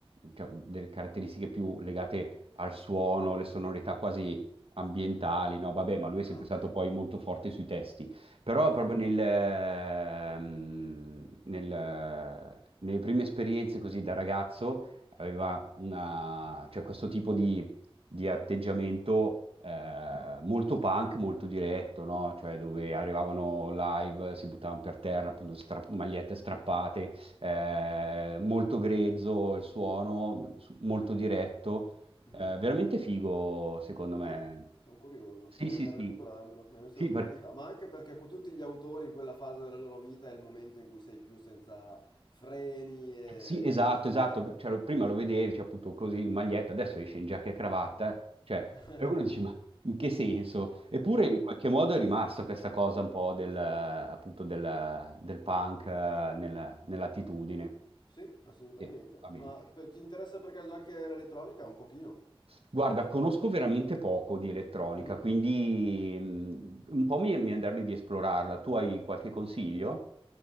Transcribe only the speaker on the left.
Ah,
ok.
Mhm,
mhm.
Ah, sono curioso,
vorrei
andare
a recuperarmelo, mi hai messo
la curiosità,
ma anche perché con tutti gli autori in quella fase della loro vita è il momento in cui sei più senza freni e...
l-
cioè...
<laughs>
Sì, assolutamente,
ma per- ti interessa per caso anche l'elettronica? Un pochino.
Mhm.